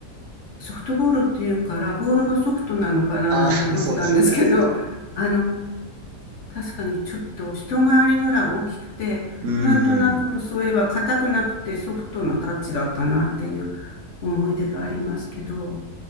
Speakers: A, on the left; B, on the right.
A: ソフトボールっていうから、ボールがソフトなのかななんて思ってたんですけど、
B: あ、<laughs> そうですよね。
A: あの、確かにちょっと一回りぐらい大きくて、
B: う
A: なんとなくそういえば硬くなくてソフトなタッチだったなっていう
B: ーん。
A: 思い出がありますけど、